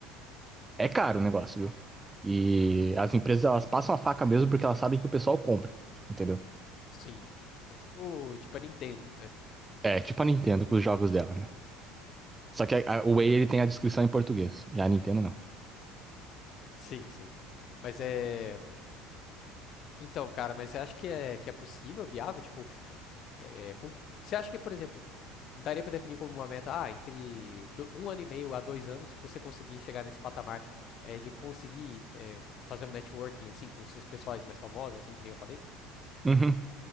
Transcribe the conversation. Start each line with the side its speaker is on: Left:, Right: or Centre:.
Right: é caro o negócio, viu? E as empresas, elas passam a faca mesmo porque elas sabem que o pessoal compra, entendeu?
Left: sim. tipo, tipo a Nintendo, né?
Right: É, tipo a Nintendo com os jogos dela, né? Só que a- a- o Whey, ele tem a descrição em português, já a Nintendo não.
Left: Sim, sim. Mas é. Então, cara, mas você acha que é, que é possível, viável? Tipo, é, com- você acha que, por exemplo, daria pra definir como uma meta, ah, entre do- um ano e meio a dois anos, você conseguir chegar nesse patamar é, de conseguir é, fazer um networking, assim, com esses pessoais mais famosos, assim, que nem eu falei?
Right: Uhum.